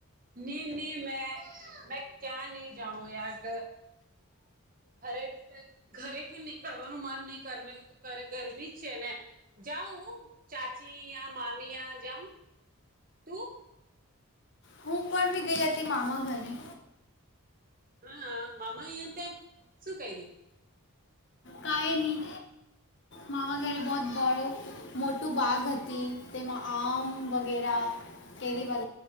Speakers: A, on the right; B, on the left.
A: ની નહી મેં મેં ક્યાં નહી, જાઉં યાગ ઘરે ઘરેથી નીકળવાનું મન નહ ગરમી જ છે, ને જાઉ ચાચી મામીયાં જાઉં તું?
B: હું પણ બી ગયા તે મામા ઘરે
A: હા, મામા અ ત્યાં શું કર્યું?
B: કઈ નહી, મામા ઘરે બહો મોટું બાગ હતી, તેમાં આમ વગેરા કેરી વગ